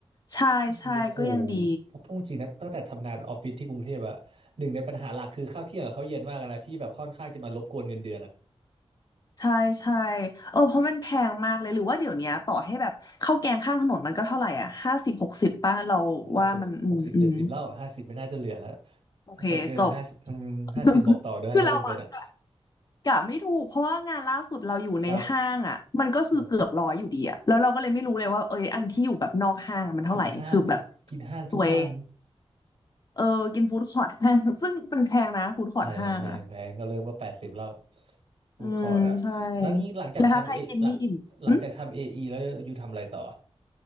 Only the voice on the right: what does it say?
ก็ยังดีโอ้โหพอพูดจริงนะตั้งแต่ทำงานออฟฟิศที่กรุงเทพอะหนึ่งในปัญหาหลักคือข้าวเที่ยงกับข้าวเย็นมากอะนะที่แบบค่อนข้างจะมารบกวนเงินเดือนอะ
โหหกหกสิบเจ็ดสิบแล้วห้าสิบไม่น่าจะเหลือแล้ว
ถ้าใครเจอห้า
ห้าสิบบอกต่อด้วยถ้าเป็นเป็นอะ
ครับโห กินห้างทุกกินห้างทุกวัน
แพงแพงแพงก็เริ่มก็แปดสิบแล้วฟู้ดคอร์ทอะแล้วงี้หลังจากทำเอหลังหลังจากทำเอไอแล้วอยู่ทำอะไรต่อ